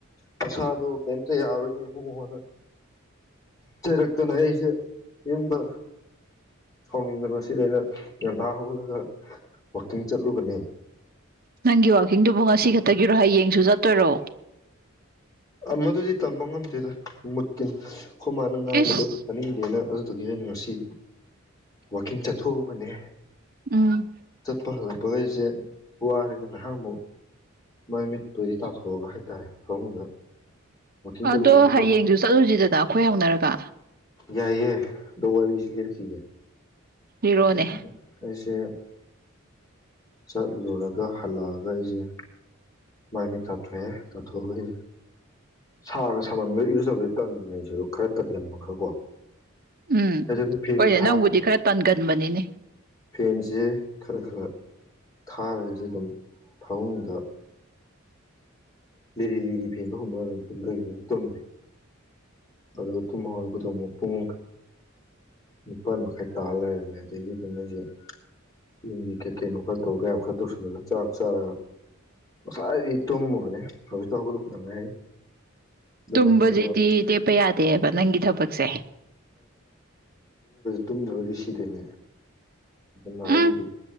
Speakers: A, on the left (about 20°); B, on the right (about 45°).
A: ꯅꯁꯥꯗꯣ ꯀꯩꯝꯇ ꯌꯥꯔꯔꯣꯏꯅꯦ ꯏꯕꯨꯡꯉꯣꯅ ꯆꯩꯔꯛꯇꯅ ꯑꯩꯁꯦ ꯌꯨꯝꯗ ꯁꯥꯎꯅꯤꯡꯗ ꯉꯁꯤꯗꯤ ꯑꯩꯅ ꯉꯟꯇꯥ ꯍꯧꯒꯠꯂꯒ ꯋꯥꯛꯀꯤꯡ ꯆꯠꯂꯨꯕꯅꯦ꯫
B: ꯅꯪꯒꯤ ꯋꯥ ꯀꯤꯡꯗꯨꯕꯨ ꯉꯁꯤ ꯈꯛꯇꯒꯤꯔꯣ ꯍꯌꯦꯡ ꯁꯨꯆꯠ ꯇꯣꯏꯔꯣ꯫
A: ꯃꯗꯨꯗꯤ ꯇꯝꯕ ꯉꯝꯗꯦꯗ ꯃꯨꯠꯀꯤ꯫ ꯑꯩꯈꯣꯏ ꯃꯥꯅ ꯉꯥꯡꯕꯗ
B: ꯏꯁ
A: ꯇꯥꯅꯤꯡꯗꯦꯅ꯫ ꯑꯗꯨꯒꯤ ꯑꯩꯅ ꯉꯁꯤ ꯋꯥꯛꯀꯤꯡ ꯆꯠꯊꯣꯛꯎꯕꯅꯦ
B: ꯎꯝ
A: ꯆꯠꯄ ꯍꯜꯂꯛꯄꯒ ꯑꯩꯁꯦ ꯋꯥꯔꯦꯅ ꯉꯥꯏꯍꯥꯛ ꯑꯃꯨꯛ ꯃꯥꯏꯃꯤꯠ ꯇꯥꯊꯣꯛꯑꯒ ꯍꯥꯏꯇꯥꯔꯦ ꯐꯃꯨꯡꯗ ꯋꯥꯛꯀꯤꯡ ꯆꯠꯂꯨꯕ
B: ꯑꯗꯣ
A: ꯍꯨꯃꯥꯡ
B: ꯍꯌꯦꯡꯁꯨ ꯆꯠꯂꯨꯁꯤꯗꯅ ꯑꯩꯈꯣꯏ ꯍꯧꯅꯔꯒ
A: ꯌꯥꯏꯌꯦ ꯗꯣ ꯋꯥꯔꯤꯁꯤ ꯂꯤꯔꯛꯈꯤꯒꯦ
B: ꯂꯤꯔꯣꯅꯦ
A: ꯑꯗꯨꯃ <inaudible> ꯆꯠꯂꯨꯔꯒ ꯍꯜꯂꯛꯑꯒ ꯑꯩꯁꯦ ꯃꯥꯏ ꯃꯤꯠ ꯇꯥꯊꯣꯛꯑꯦ ꯇꯥꯊꯣꯛꯑꯒ ꯑꯩꯁꯦ ꯁꯥꯒ ꯁꯥꯃꯟꯕ ꯏꯔꯨꯖꯕꯗꯤ ꯇꯟꯕ ꯑꯩꯁꯨ ꯈꯔ ꯇꯟꯒꯟꯕ ꯈ꯭ꯔ ꯀꯣ
B: ꯎꯝ
A: ꯑꯗꯨ ꯐꯦꯟꯁꯦ
B: ꯍꯣꯏꯅꯦ
A: ꯊꯥꯕ
B: ꯅꯪꯕꯨꯗꯤ ꯈꯔ ꯇꯟꯒꯟꯕꯅꯤꯅꯦ
A: ꯐꯦꯟꯁꯦ ꯈꯔ ꯈꯔ ꯊꯥꯔꯒꯁ ꯑꯗꯨꯝ ꯐꯃꯨꯡꯗ ꯂꯤꯔꯤ ꯂꯤꯔꯤ ꯐꯦꯟꯗꯣ ꯍꯨꯝꯃ ꯑꯗꯨ ꯇꯨꯝꯗꯒꯤ ꯑꯗꯨ ꯇꯨꯝꯃꯦ ꯑꯗ ꯇꯨꯝ ꯍꯧꯒꯠꯂꯛꯄꯗ ꯑꯃꯨꯛ ꯄꯨꯡ ꯅꯤꯄꯥꯜ ꯃꯈꯥꯏ ꯇꯥ ꯂꯩꯔꯝꯃꯦ ꯑꯗꯒꯤ ꯑꯗꯨꯝ ꯑꯩꯁꯦ ꯌꯨꯝꯒꯤ ꯀꯩꯀꯩꯅꯣ ꯈꯔ ꯇꯧꯕ ꯌꯥꯕ ꯈꯔ ꯇꯧꯁꯤꯜꯂꯒ ꯆꯥꯛ ꯆꯥꯔꯒ ꯉꯁꯥꯏꯗꯩꯩ ꯇꯨꯝꯃꯨꯕꯅꯦ ꯍꯧꯖꯤꯛꯇ ꯍꯧꯒꯠꯂꯛꯄꯗ ꯉꯥꯏꯔꯤ ꯑꯗꯣ
B: ꯇꯝꯕꯖꯤꯗꯤ
A: ꯅꯪꯗꯤ ꯀꯩꯗꯧꯔꯝꯃꯤꯅꯣ
B: ꯂꯦꯞꯄ ꯌꯥꯗꯦ ꯇꯦꯕ ꯅꯪꯒꯤ ꯊꯕꯛꯁꯦ
A: ꯇꯨꯝꯗ꯭ꯔꯗꯤ ꯁꯤꯗꯣꯏꯅꯦ ꯑꯗꯨꯅ
B: ꯎꯝ
A: ꯑꯩꯒꯤꯗꯤ